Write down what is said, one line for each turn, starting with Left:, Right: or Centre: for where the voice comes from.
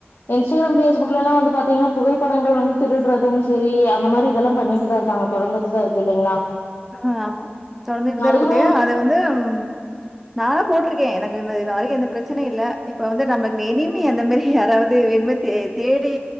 Left: இன்ஸ்டாகிராம் ஃபேஸ்புக்லல்லா வந்து பாத்தீங்கன்னா புகைப்படங்கள் வந்து திருடுறதும் சரி அந்த மாரி இதெல்லா பண்ணிட்டுதா இருக்காங்க தொடர்ந்துட்டுதா இரு க்கு இல்லைங்களா?
Centre: ஆ ஆமா தொடர்ந்துட்டுதா
Left: அதுக்குமே
Centre: இருக்குது அது வந்து ம் நால்லா போட்ருக்கே எனக்கு இது இதாலயு எந்த பிரச்சனையு இல்ல இப்ப வந்து நமக்கு இந்த எனிமி அந்த மாரி யாராவது வேணுமே தே தேடி